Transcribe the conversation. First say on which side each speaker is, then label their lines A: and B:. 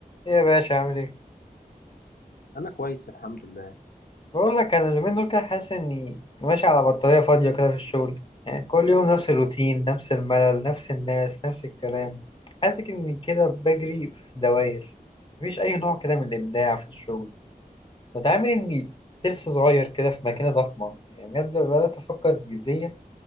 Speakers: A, on the left (about 30°); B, on the left (about 75°).
A: إيه يا باشا عامل ايه؟
B: انا كويس الحمد لله
A: بقول لك انا اليومين دول كده حاسس اني ماشي على بطارية فاضية كده في الشغل يعني كل يوم نفس الروتين نفس الملل نفس الناس نفس الكلام حاسس اني كده بجري في دواير مفيش اي نوع كده من الابداع في الشغل متعامل اني ترس صغير كده في ماكينة ضخمة يعني بجد بدأت افكر بجدية